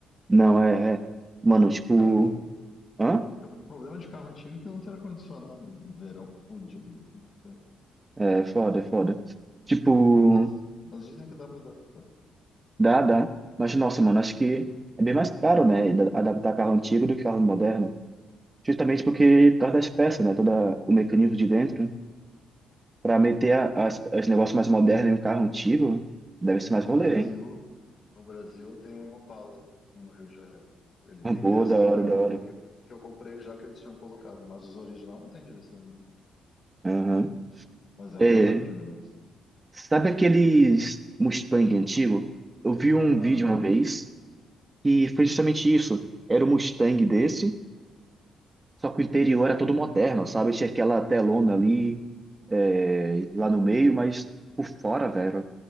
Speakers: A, on the right; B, on the left.
A: Não, é, é. Mano, tipo.
B: É um bom.
A: Hã?
B: O problema de carro antigo é que não tem ar-condicionado. né? No verão, fodido, é complicado.
A: É foda, é foda. Tipo,
B: Mas, mas dizem que dá para adaptar.
A: dá, dá. Mas, nossa, mano, acho que é bem mais caro, né? da- Adaptar carro antigo do que carro moderno. Justamente porque, por causa das peças, né? Todo o mecanismo de dentro. Pra meter a- as, os negócios mais modernos em um carro antigo, deve ser mais
B: No
A: rolê,
B: Brasil,
A: hein?
B: no Brasil tem um Opala no Rio de Janeiro. Ele
A: Ah,
B: tem
A: Boa,
B: direção
A: da hora,
B: hidráulica
A: da hora.
B: porque, porque eu comprei já que eles tinham colocado, mas os original não tem direção hidráulica.
A: Aham.
B: Mas é
A: É,
B: um tanque o negócio.
A: sabe aqueles Mustang antigo? Eu vi um
B: Bah,
A: vídeo
B: muito
A: uma
B: lindo.
A: vez. E foi justamente isso. Era um Mustang desse, só que o interior era todo moderno, sabe? Tinha aquela telona ali, é, lá no meio, mas por fora, velho,